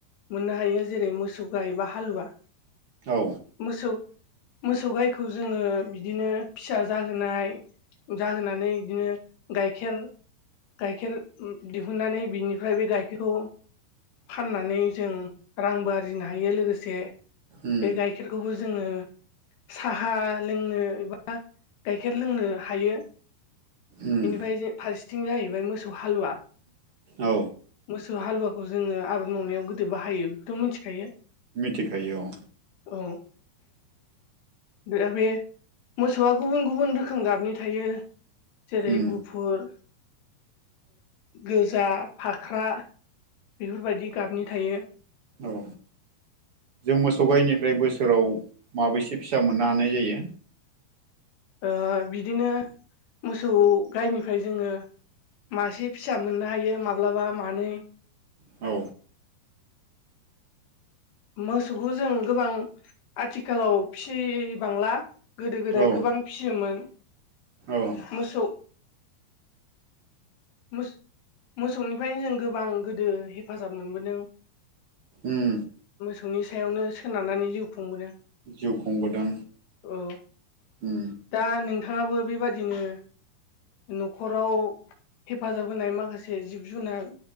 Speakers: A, on the left (about 75°); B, on the right (about 45°).
A: मोननो हायो। जेरै मोसौ गाय बा हालुवा।
B: औ
A: मोसौ मोसौ गायखौ जोङो बिदिनो फिसा जाहोनाय। जाहोनानै बिदिनो गाइखेर गाइखेर। दिहुननानै बिनिफ्राय बे गाइखेरखौ फाननानै जों रांबो आरजिनो हायो लोगोसे
B: उम
A: बे गाइखेरखौबो जोङो सा हा लोंनो एबा गाइखेर लोंनो हायो।
B: उम
A: बेनिफ्राय फारसेथिं जाहैबाय मोसौ हालुवा
B: औ
A: मो सौ हालुवाखौ जोङो आबाद मावनायाव गोदो बा हायो बेखौथ' मिथिखायो।
B: मिथिखायो औ
A: औ। दा बे मोसौआ गुबुन गुबुन रोखोम गाबनि थायो। जेरै
B: उम
A: गुफुर गोजा फाख्रा बेफोरबायदि गाबनि थायो।
B: औ जों मोसौ गाइनिफ्राय बोसोराव माबैसे फिसा मोननो हानाय जायो?
A: ओ बिदिनो मोसौ गायनिफ्राय जोङो मासे फिसा मोननो हायो माब्लाबा मानै
B: औ <inaudible>
A: मोसौखौ जों गोबां आथिखालाव फिसिबांला गोदो गोदाय
B: औ
A: गोबां फियोमोन
B: औ
A: मोसौ मोस मोसौनिफ्रायनो जों गोबां गोदो हेफाजाब मोनबोदों
B: उम
A: थोंनि सायावनो सोनारनानै जिउ खुंबोदों
B: जिउ खुंबोदों
A: औ
B: उम
A: दा नोंथाङाबो बेबादिनो न'खराव हेफाजाब होनाय माखासे जिब जुनार